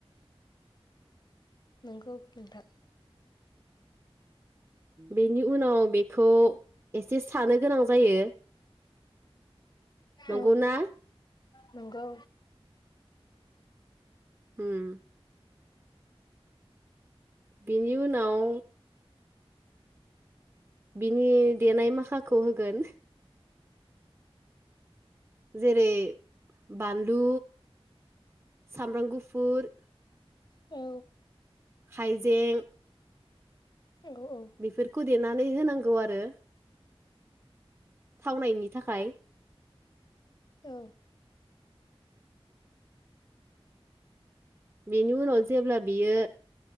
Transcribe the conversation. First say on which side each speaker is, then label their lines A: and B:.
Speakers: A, on the left (about 45°); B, on the right (about 25°).
A: नोंगौ नोंथां।
B: बेनि उनाव बेखौ एसे सानो गोनां जायो। नंगौना
A: औ नंगौ।
B: ओम। बिनि उनाव। बिनि देनाय माखाखौ होगोन। जेरै बानलु सामब्राम गुफुर।
A: औ।
B: हाइजें।
A: औ औ
B: बिफोरखौ देनानै होनांगौ आरो। थावनायनि थाखाय।
A: औ।
B: बेनि उनाव जेब्ला बेयो